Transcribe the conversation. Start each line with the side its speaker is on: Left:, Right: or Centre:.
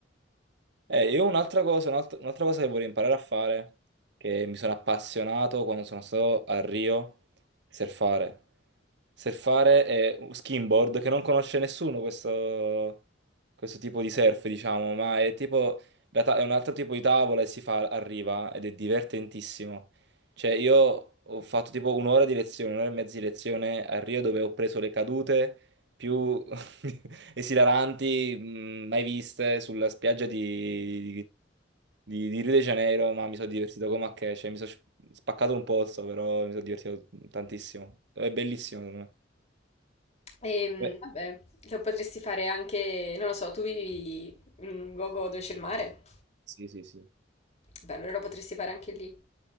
Right: Eh, io un'altra cosa, un'alt- un'altra cosa che vorrei imparare a fare, che mi sono appassionato quando sono stato a Rio, surfare. Surfare è un skimboard che non conosce nessuno questo, questo tipo di surf, diciamo, ma è tipo la ta- è un altro tipo di tavola e si fa a riva ed è divertentissimo. Cioè, io ho fatto tipo un'ora di lezione, un'ora e mezza di lezione a Rio dove ho preso le cadute più <laughs> esilaranti mh, mai viste sulla spiaggia di, di- di Rio de Janeiro, ma mi sono divertito come a che, cioè mi sono spaccato un pozzo, però mi sono divertito tantissimo. È bellissimo, secondo me.
Left: E,
Right: Eh,
Left: vabbè, lo potresti fare anche... Non lo so, tu vivi in un luogo dove c'è il mare?
Right: Sì, sì, sì.
Left: Beh, allora lo potresti fare anche lì.